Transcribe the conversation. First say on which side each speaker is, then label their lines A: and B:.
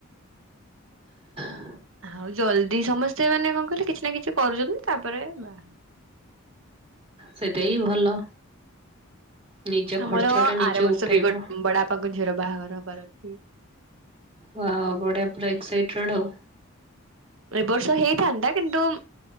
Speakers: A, on the right (about 25°); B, on the right (about 65°).
A: <inaudible>
B: ଆଉ ଜଲ୍ଦି ସମସ୍ତେ ମାନେ କଣ କହିଲେ କିଛି ନା କିଛି କରୁଛନ୍ତି। ତାପରେ ବା
A: ସେଇଟା ବି ଭଲ। ନିଜ
B: ଆମର
A: ଖର୍ଚ୍ଚ ଟା ନିଜେ
B: ଆର ବର୍ଷ
A: ଉଠେଇବ।
B: ବି ଗୋ ବଡ ବାପାଙ୍କ ଝିଅର ବାହାଘର ହବାର ଅଛି।
A: ୱାଓ ବଢିଆ ପୁରା ଏକ୍ସାଇଟେଡ୍ ଆଉ।
B: ଏ ବର୍ଷ ହେଇଥାନ୍ତା କିନ୍ତୁ